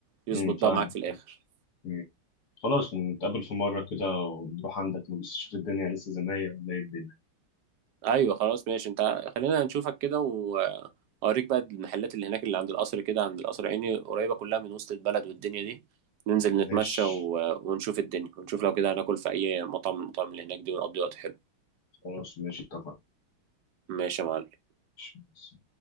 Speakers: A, on the right (about 70°); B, on the left (about 60°).
A: يظبط
B: امم
A: بقى
B: فاهم
A: معاك في الاخر
B: مم. خلاص نتقابل في مرة كده ونروح عندك نبص نشوف الدنيا لسه زي ما هي ولا ايه الدنيا
A: ايوه خلاص ماشي انت خلينا نشوفك كده واوريك بقى المحلات اللي هناك اللي عند القصر كده عند القصر عيني قريبه كلها من وسط البلد والدنيا دي ننزل نتمشى
B: ماشي
A: و... ونشوف الدنيا ونشوف لو كده هناكل في اي مطعم من المطاعم اللي هناك دي ونقضي وقت حلو
B: خلاص ماشي اتفقنا
A: ماشي يا معلم
B: ماشي.